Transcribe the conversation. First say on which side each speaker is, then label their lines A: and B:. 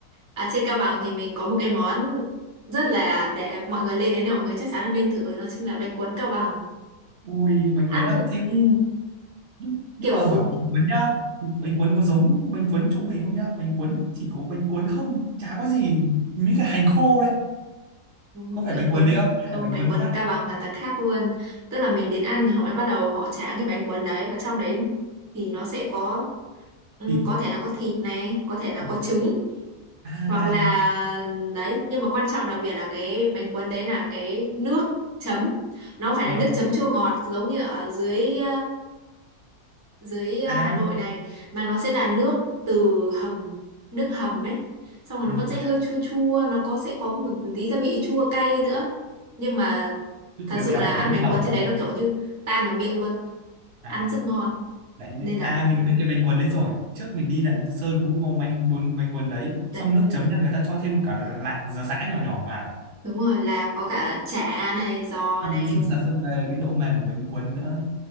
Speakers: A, on the right (about 25°); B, on the right (about 60°).
A: à trên Cao Bằng thì mình có một cái món rất là để mọi người lên đến đây mọi người chắc chắn là nên thử nó chính là bánh cuốn Cao Bằng
B: ui bánh cuốn
A: ăn
B: á thì
A: ừ,
B: nhưng, nhưng
A: kiểu
B: mà hỏi bánh cuốn nhá bánh cuốn có giống bánh cuốn chỗ mình không nhá bánh cuốn chỉ có bánh cuốn không chả có gì mấy cái hành khô đây
A: ừ,
B: có phải
A: bánh
B: bánh
A: cuốn
B: cuốn đấy không hay
A: không
B: là bánh
A: bánh
B: cuốn
A: cuốn
B: khác
A: Cao Bằng hoàn toàn khác luôn tức là mình đến ăn thì họ mới bắt đầu họ tráng cái bánh cuốn đấy và trong đấy thì nó sẽ có ừ,
B: thịt
A: có thể là có thịt này có thể là
B: à,
A: có trứng
B: à
A: hoặc là đấy nhưng mà quan trọng đặc biệt là cái bánh cuốn đấy là cái nước chấm nó không phải
B: ờ
A: là nước chấm chua ngọt giống như ở dưới dưới ờ,
B: à
A: Hà Nội này mà nó sẽ là nước từ hầm nước hầm ấy xong rồi
B: ừ,
A: nó vẫn sẽ hơi chua chua nó có sẽ có một tí gia vị chua cay nữa nhưng mà
B: nước
A: thật
B: béo
A: sự
B: béo
A: là
B: của
A: ăn
B: nước
A: bánh
B: hầm
A: cuốn trên
B: phải
A: đấy
B: không
A: nó kiểu như tan vào miệng luôn
B: à
A: ăn rất ngon
B: đấy,
A: nên
B: à
A: là
B: mình biết cái bánh cuốn đấy rồi trước mình đi Lạng Sơn cũng ngon bánh cuốn bánh cuốn đấy
A: đấy
B: xong nước chấm nha người ta cho thêm cả lạc giá sã nhỏ nhỏ vào
A: đúng rồi là có cả chả này giò
B: ăn
A: này
B: cái sườn sạt xong rồi cái độ mềm của bánh cuốn nữa